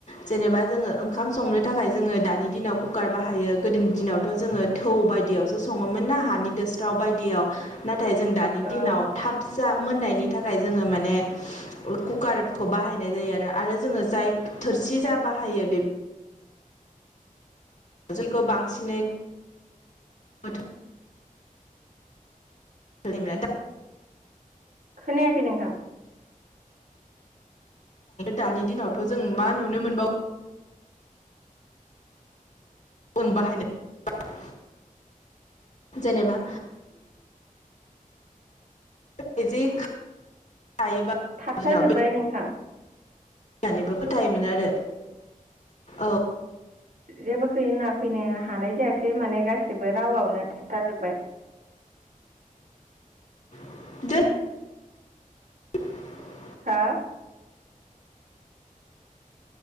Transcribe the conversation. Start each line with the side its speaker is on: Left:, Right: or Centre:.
Left: जेनेबा जोङो ओंखाम संनो थाखाय जोङो दानि दिनाव कुकार बाहायो गोदो दिनावथ' जोङो थौ बायदियावसो सङोमोन ना हानि दोस्राव बायदियाव थाय जों दानि
Right: औ
Left: दिनाव थाब जा मोननायनि थाखाय जोङो माने कुकारखौ बाहायनाय जायो आरो आरो जोङो जाय थोरसि जा बाहायो बे <unintelligible> बांसिनै <unintelligible> <unintelligible>
Right: खोनायाखै नोंथां
Left: दानि दिनावथ' जों मा नुनो मोनबावो उन बाहायनो जेनेबा
Right: <inaudible>
Left: <unintelligible>
Right: थाबथाजोबबाय
Left: दिनाव बे
Right: नोंथां
Left: होननानैबो फोथायोमोन आरो औ
Right: जेबोखैना फैनो हानाय जायासै माने गासिबो रावआवनो थाबथा जोबबाय
Left: <unintelligible>
Right: हा